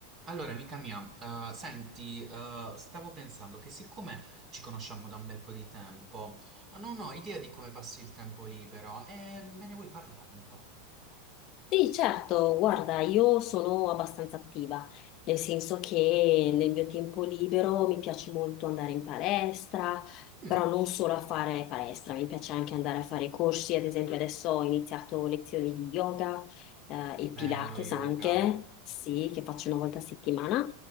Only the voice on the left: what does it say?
Sì, certo, guarda, io sono abbastanza attiva, nel senso che nel mio tempo libero mi piace molto andare in palestra,
però non solo a fare palestra, mi piace anche andare a fare corsi, ad esempio adesso ho iniziato lezioni di yoga, eh, e
Pilates
anche, sì, che faccio una volta a settimana,